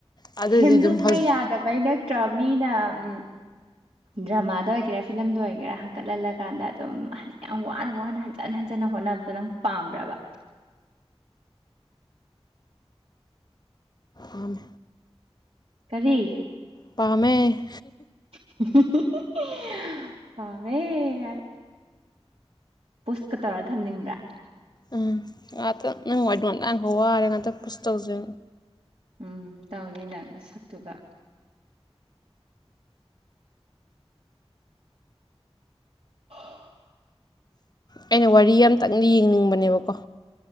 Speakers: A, on the left; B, on the right.
A: ꯑꯗꯨꯗꯤ
B: ꯁꯦꯝꯗꯣꯛꯄ
A: ꯑꯗꯨꯝ ꯍꯧꯖꯤꯛ
B: ꯌꯥꯗꯕꯩ ꯅꯠꯇ꯭ꯔꯣ ꯃꯤꯅ ꯎꯝ ꯗ꯭ꯔꯃꯥꯗ ꯑꯣꯏꯒꯦꯔꯥ ꯐꯤꯂꯝꯗ ꯑꯣꯏꯒꯦꯔꯥ ꯍꯟꯀꯠꯍꯜꯂꯀꯥꯟꯗ ꯑꯗꯨꯝ ꯌꯥꯝ ꯋꯥꯅ-ꯋꯥꯅ ꯍꯟꯖꯤꯟ ꯍꯟꯖꯟꯅ ꯍꯣꯠꯅꯕꯗꯣ ꯅꯪ ꯄꯥꯝꯕ꯭ꯔꯕ꯫
A: ꯑꯝ
B: ꯀꯔꯤ
A: ꯄꯥꯝꯃꯦ꯫
B: <unintelligible> ꯄꯝꯥꯃꯦ ꯄꯨꯁꯀ ꯇꯧꯔ ꯊꯝꯅꯤꯡꯕ꯭ꯔꯥ꯫
A: ꯑ ꯉꯥꯇꯪ ꯅꯪꯒꯤ ꯋꯥꯔꯤꯗꫭ ꯑꯝꯇ ꯉꯥꯏꯈꫭ ꯋꯥꯔꯦ ꯉꯍꯥꯛꯇꯪ ꯄꯨꯁ ꯇꯧꯁꯦ꯫
B: ꯎꯝ ꯇꯧꯅꯤꯅꯡ ꯅꯁꯛꯇꯨꯒ꯫ <inaudible>
A: ꯑꯩꯅ ꯋꯥꯔꯤ ꯑꯃꯇꯪꯅ ꯌꯦꯡꯅꯤꯡꯕꯅꯦꯕꯀꯣ꯫